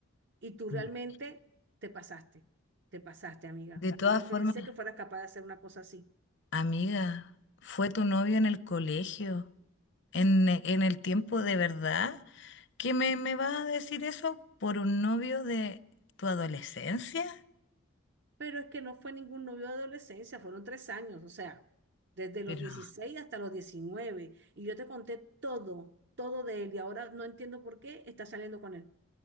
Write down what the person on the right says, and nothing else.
Y tú realmente
te pasaste, te pasaste, amiga.
Yo no
pensé que fueras capaz de hacer una cosa así.
Pero es que no fue ningún novio de adolescencia, fueron tres años, o sea, desde los
16 hasta los diecinueve Y yo te conté todo, todo de él, y ahora no entiendo por qué está saliendo con él.